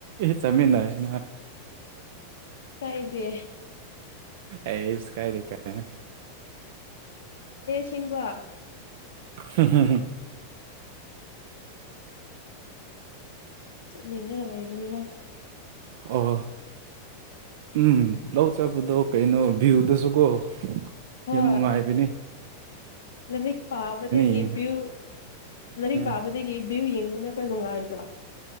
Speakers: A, on the right (about 50°); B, on the left (about 65°).
A: ꯆꯠꯃꯤꯟꯅꯔꯁꯤꯅ
B: ꯀꯥꯏꯗꯦ
A: ꯑꯩꯁ ꯀꯥꯏꯗꯦ ꯀꯥꯏꯗꯦ
B: ꯁꯤꯡꯕ
A: ꯍꯝ ꯍꯝ ꯍꯝ
B: ꯆꯠꯅꯤꯡꯉꯒ ꯂꯩꯕꯅꯤꯅ
A: ꯑꯣ ꯎꯝ ꯂꯧ ꯆꯄꯗꯣ ꯀꯩꯅꯣ ꯚ꯭ꯌꯨꯗꯨꯁꯨ ꯀꯣ
B: ꯍꯣꯏ
A: ꯌꯥꯝ ꯅꯨꯡꯉꯥꯏꯕꯅꯦ
B: ꯂꯥꯏꯔꯤꯛ ꯄꯥꯕꯗꯒꯤ
A: ꯌꯦꯡꯉ
B: ꯚ꯭ꯌꯨ ꯂꯥꯏꯔꯤꯛ
A: ꯎꯝ
B: ꯄꯥꯕꯗꯒꯤ ꯚꯌꯨ ꯌꯦꯡꯕꯅ ꯈꯔ ꯅꯨꯡꯉꯥꯏꯗ꯭ꯔꯣ